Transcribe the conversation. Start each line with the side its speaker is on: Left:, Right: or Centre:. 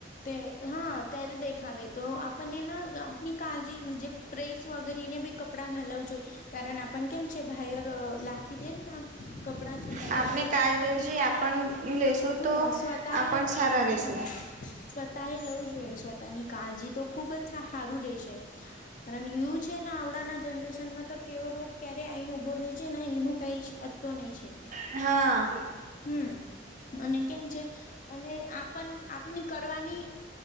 Left: તે હા ત્યારે દેખાવે તો આપણને ન આ ની કાજી મજે પ્રેસ વગેરીને બી કપડા ઘાલવજો કારણ આપણ કેમ છે ભાયર લા ખી દેના કપડા સુકારાને
Right: આપણે
Left: તો તીના
Right: કાળજી
Left: પે ભી
Right: આપણ લેશું
Left: હ
Right: તો
Left: સ્વા તાય
Right: આપણ સારા
Left: અ
Right: રેશું
Left: હ સ્વતા એ લવું જોઈએ સ્વતાની કાળજી તો ખુબ જ સારું રેશે. કારણ યુ છે, ને આવડાના જનરેશનમાં તો કેવો રોગ ક્યારે આઈને ઊભો રહે છે, ને એનું કઈ જ અત તો નઈ છે.
Right: હા
Left: હમ અને કેમ છે? અને આપન આપની કરવાની